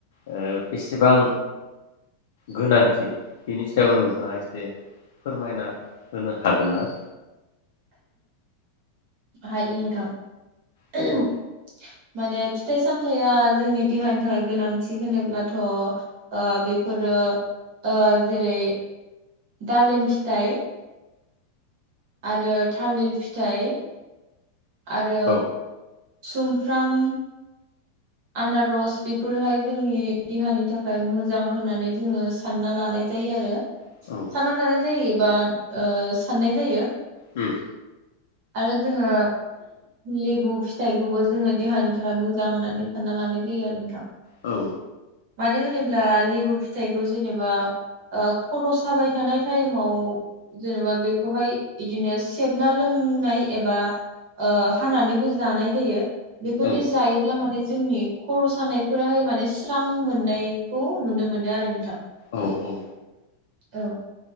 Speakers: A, on the left; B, on the right.
A: ओ बेसेबां गोनांथि बिनि सायाव नोंथाङा एसे फोरमायना होनो हागोन ना?
B: हायो नोंथां। <inaudible>
A: औ
B: माने फिथाइ सामथाइया जोंनि देहानि थाखाय गोनांथि होनोब्लाथ ओ बेफोरो ओ जेरै दालिम फिथाइ आरो थालिर फिथाइ आरो
A: औ
B: सुम फ्राम आनारस बेफोरोहाय जोंनि देहानि थाखाय मोजां होननानै जोङो सानना लानाय जायो आरो।
A: औ
B: सानना लानाय जायो बा साननाय जायो।
A: उम।
B: आरो जोङो लेबु फिथाइखौबो जोङो देहानि थाखाय मोजां होननानै सानना लानाय जायो आरो नोंथां।
A: औ।
B: मानो होनोब्ला लेबु फिथाइखौ जेनेबा ओ खर' साबाय थानाय टाइमाव जेनेबा बेखौहाय इदिनो सेबना लोंनाय एबा ओ हानानैबो जानाय जायो। बेफोरदि
A: औ
B: जायोब्ला माने जोंनि खर' सानायफोराहाय माने स्रां मोननायखौ नुनो मोनो आरो नोंथां।
A: औ औ।
B: औ।